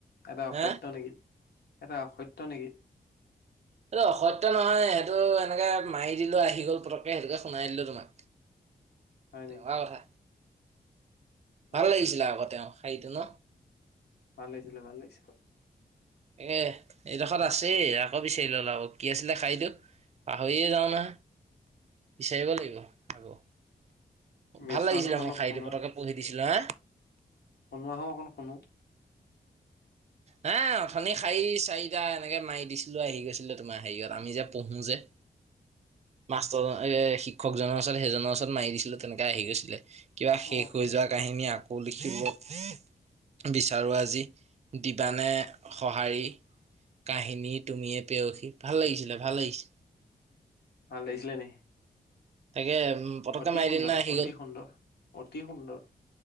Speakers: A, on the left; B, on the right.
A: এটা অসত্য
B: হা
A: নেকি? এটা অসত্য নেকি?
B: এইটো অসত্য নহয় সেইটো এনেকে মাৰি দিলো আহি দিঘল পতককে সেইটোকে শুনাই দিলো তোমাক,
A: হয়
B: তেনেকা
A: নি
B: কথা। ভাল
A: উম,
B: লাগিছিলে আগতে অ শাইটো ন?
A: ভাল লাগিছিলে ভাল লাগিছিলে।
B: এ এইডখত আছেই আকৌ বিচাৰি লল আও কি আছিলে শাইটো। পাহৰিয়ে যাও না বিচাৰিব লাগিব আকৌ।
A: মেচোৱাজন
B: ভাল লাগিছিলে
A: অলপ
B: মই শাইটো
A: শুনা
B: পতকে পঢ়ি দিছিলো, হা?
A: শুনোৱা হো অকণ শুনো।
B: হে অথনি শাৰী চাৰিটা এনেকে মাৰি দিছিলো আহি গৈছিলে তোমাৰ হেৰিয়ত আমি যে পঢ়ো যে।
A: <inaudible>
B: মাষ্টৰ শিক্ষকজনৰ ওচৰত সেইজনৰ ওচৰত মাৰি দিছিলে তেনেকে আহি গৈছিলে। কিবা শেষ
A: অ'
B: হৈ
A: সি
B: যোৱা কাহিনী আকৌ লিখিব বিচাৰোঁ আজি দিবানে সঁহাৰি কাহিনী তুমিয়ে পেৰসী ভাল লাগিছিলে ভাল লাগিছে।
A: ভাল লাগিছিলে নি?
B: তাকে উম পতককে
A: অতি
B: মাৰি
A: সুন্দৰ,
B: দিনা আহি
A: অতি
B: গ'ল
A: সুন্দৰ, অতি সুন্দৰ